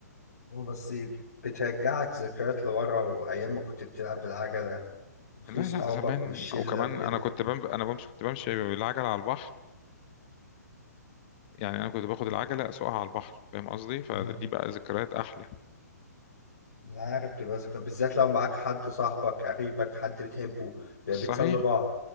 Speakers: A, on the left (about 70°); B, on the left (about 35°).
A: هو بس بترجعك ذكريات لورا وأيام ما كنت بتلعب بالعجلة وفي
B: لا
A: صحابك
B: لا زمان
A: والشلة
B: او كمان
A: وكده
B: انا كنت بم... انا بمشي كنت بمشي بالعجله على البحر يعني انا كنت باخد العجله اسوقها على البحر فاهم قصدي فدي
A: أه.
B: بقى ذكريات احلى
A: أنا عارف بيبقى ذكريات بالذات لو معاك حد صاحبك قريبك حد بتحبه بيبقى
B: صحيح
A: بتسلوا بعض